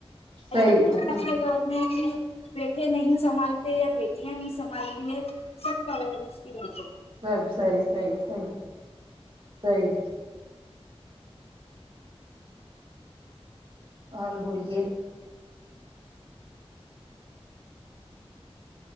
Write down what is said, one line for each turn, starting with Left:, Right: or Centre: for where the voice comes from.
Right: صحیح
Left: ایسا
Right: بات ہاں
Left: دور میں کہ بیٹے نہیں سنبھالتے یا بیٹیاں نہیں سنبھالتی ہیں سب پرورش کی رہتے
Right: سب صحیح صحیح صحیح صحیح اور بولیے